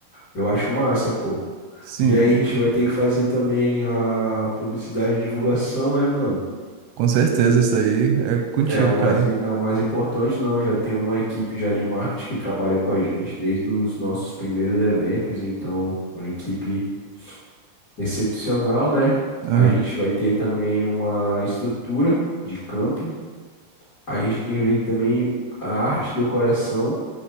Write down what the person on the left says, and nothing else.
eu acho massa, pô.
E aí a gente vai ter que fazer também a publicidade e divulgação, né, mano?
É o mais,
é o mais importante, não. Já tem uma equipe já de marketing que trabalha com a gente desde os nossos primeiros eventos, então, uma equipe excepcional, né?
A gente vai ter também uma estrutura de camping. A gente tem que ver também a arte e decoração,